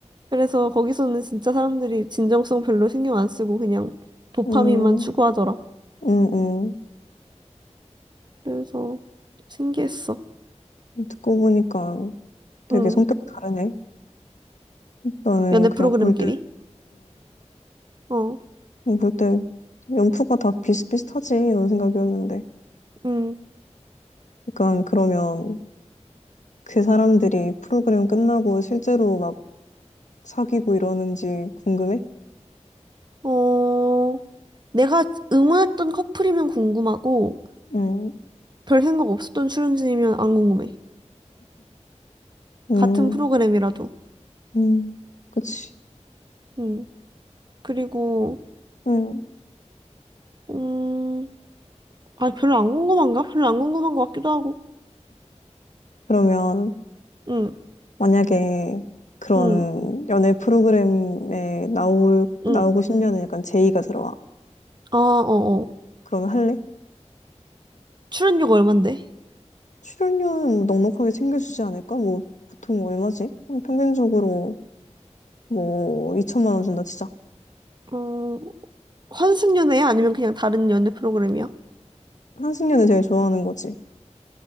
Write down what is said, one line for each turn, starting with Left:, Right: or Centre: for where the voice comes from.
Right: 그래서 거기서는 진짜 사람들이 진정성 별로 신경 안 쓰고 그냥 도파민만
Left: 음,
Right: 추구하더라.
Left: 음, 음.
Right: 그래서 신기했어.
Left: 듣고 보니까 되게
Right: 응.
Left: 성격 다르네. 나는
Right: 연애
Left: 그냥
Right: 프로그램끼리?
Left: 볼 때,
Right: 어,
Left: 뭐 그때 연프가 다 비슷비슷하지 이런 생각이었는데.
Right: 응.
Left: 약간 그러면 그 사람들이 프로그램 끝나고 실제로 막 사귀고 이러는지 궁금해?
Right: 어, 내가 응원했던 커플이면 궁금하고
Left: 음,
Right: 별 생각 없었던 출연진이면 안 궁금해.
Left: 음,
Right: 같은 프로그램이라도.
Left: 음, 그치.
Right: 응. 그리고,
Left: 음.
Right: 음, 아, 별로 안 궁금한가? 별로 안 궁금한 것 같기도 하고.
Left: 그러면
Right: 응,
Left: 만약에 그런
Right: 응,
Left: 연애 프로그램에 나올,
Right: 응.
Left: 나오고 싶냐는 약간 제의가 들어와.
Right: 아, 어, 어.
Left: 그럼 할래?
Right: 출연료가 얼만데?
Left: 출연료는 뭐 넉넉하게 챙겨주지 않을까? 뭐 보통 얼마지? 음, 평균적으로 뭐 2천만 원 준다 치자.
Right: 어, 환승연애야? 아니면 그냥 다른 연애 프로그램이야?
Left: 한승연을 제일 좋아하는 거지.